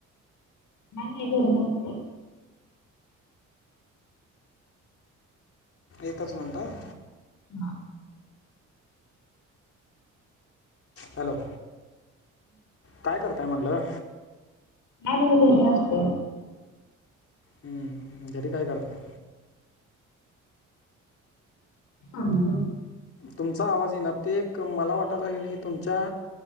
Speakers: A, on the left; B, on the left.
A: काय नाय घरात असलोय.
B: एकच मिनिट.
A: हा..
B: हॅलो काय करताय? म्हटलं.
A: आम्ही घरी असते.
B: हं, घरी काय? करताय.
A: आमबा <inaudible>
B: तुमचा आवाज ये ना ते एक मला वाटत आहे तुमच्या..